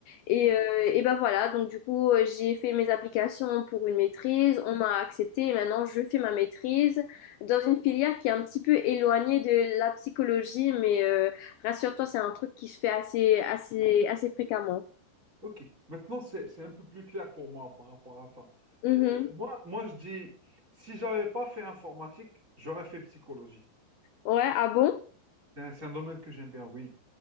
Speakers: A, on the left (about 80°); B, on the right (about 20°).
A: Et,
B: Oui.
A: euh, et ben voilà, donc du coup, euh, j'ai fait mes applications pour une maîtrise, on m'a accepté et maintenant je fais ma maîtrise dans une filière qui est un petit peu éloignée de la psychologie, mais euh, rassure-toi, c'est un truc qui se fait assez, assez, assez fréquemment.
B: Ok, maintenant c'est c'est un peu plus clair pour moi par rapport à ça.
A: Mhm.
B: Euh, moi, moi, je dis, si j'avais pas fait informatique, j'aurais fait psychologie.
A: Ouais, ah bon?
B: C'est un, c'est un domaine que j'aime bien, oui.